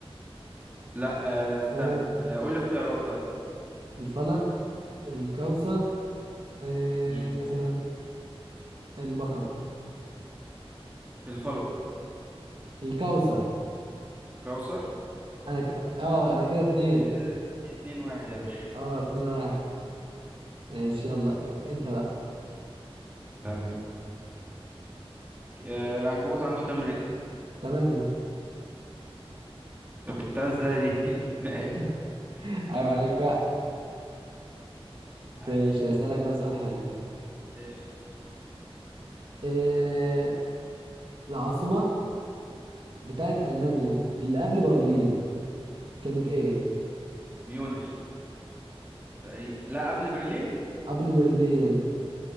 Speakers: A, on the right; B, on the right.
A: لا آه استنى
B: آه.
A: آه قول لي اختيارات طيب
B: الفلق الكوثر إيه
A: مم.
B: مثلا البقرة
A: الفلك
B: الكوثر
A: كوثر
B: انا ك... اه
A: تمام
B: انا كده اتنين
A: ده كده اتنين واحد يا باشا
B: اه اتنين واحد ماشي يلا انت بقى
A: تمام آه العنكبوت عنده كام رجل
B: تمانية
A: طب جبتها ازاي دي <laughs> ماشي
B: <laughs>
A: مظبوط
B: ايوه عليك بقى
A: عاش
B: ماشي هسألك انا سؤال حلو
A: قشطة
B: إيه العاصمة بتاعت ألمانيا اللي قبل برلين كانت
A: مم.
B: ايه
A: ميونخ تقريبا لا قبل برلين
B: قبل برلين